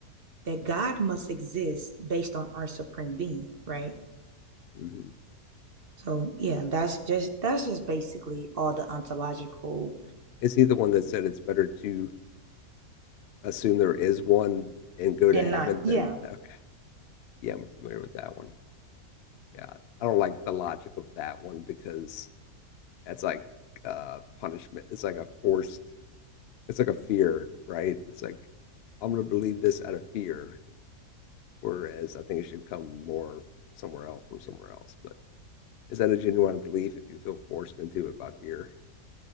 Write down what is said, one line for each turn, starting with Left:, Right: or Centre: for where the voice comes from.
Right: that God must exist based on our supreme being, right?
Left: Yeah. hmm
Right: So, yeah, that's just that's just basically all the ontological.
Left: Is he the one that said it's better to assume there is one and go
Right: Then
Left: to heaven
Right: not, yeah.
Left: than okay? Yeah, I'm familiar with that one. Yeah, I don't like the logic of that one because that's like uh punishment. It's like a forced. It's like a fear, right? It's like I'm going to believe this out of fear, whereas I think it should come more somewhere else from somewhere else. But is that a genuine belief if you feel forced into it by fear?